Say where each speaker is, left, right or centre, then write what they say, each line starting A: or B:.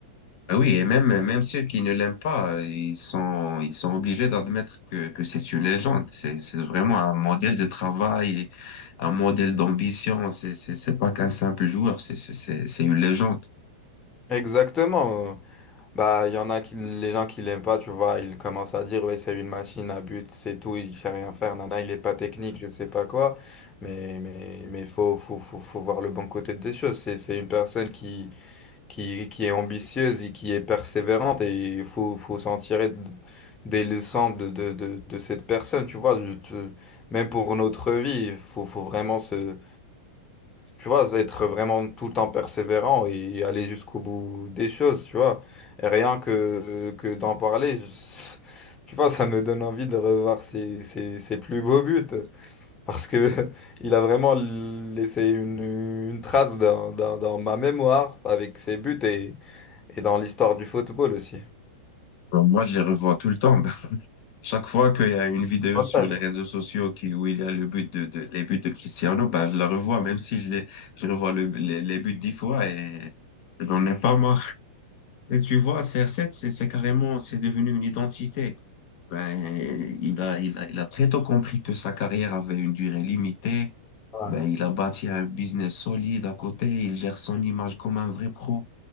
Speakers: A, on the left; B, on the left.
A: Ah Oui, et même, même ceux qui ne l'aiment pas, ils sont, ils sont obligés d'admettre que, que c'est une légende. C'est, c'est vraiment un modèle de travail, un modèle d'ambition. C'est, c'est, c'est pas qu'un simple joueur, c'est, c'est, c'est c'est une légende.
B: Exactement. euh, Bah, il y en a qui, les gens qui l'aiment pas, tu vois, ils commencent à dire, ouais, c'est une machine à but, c'est tout, il sait rien faire, nana, il est pas technique, je sais pas quoi. Mais, mais, mais faut, faut, faut, faut voir le bon côté des choses. C'est, c'est une personne qui qui, qui est ambitieuse et qui est persévérante et il faut, faut s'en tirer d- des leçons de, de, de, de cette personne, tu vois. Je te- même pour notre vie, il faut, faut vraiment se, tu vois, être vraiment tout le temps persévérant et aller jusqu'au bout des choses, tu vois. Et rien que, que d'en parler, je- tu vois, ça me donne envie de revoir ses, ses, ses plus beaux buts. Parce que <laughs> il a vraiment laissé une, une trace dans, dans, dans ma mémoire avec ses buts et, et dans l'histoire du football aussi.
A: Bon, Moi, je les revois tout le temps. <laughs> Chaque fois qu'il y a une vidéo
B: Un
A: sur
B: fan.
A: les réseaux sociaux qui, où il y a le but de, de- les buts de Cristiano, ben, je la revois, même si je les, je revois le- les, les buts dix fois et j'en ai pas marre. <laughs> Et tu vois, CR7, c'est c'est carrément, c'est devenu une identité. Ben, il a, il a, il a très tôt compris que sa carrière avait une durée limitée.
B: Voilà.
A: Ben, il a bâti un business solide à côté. Il gère son image comme un vrai pro.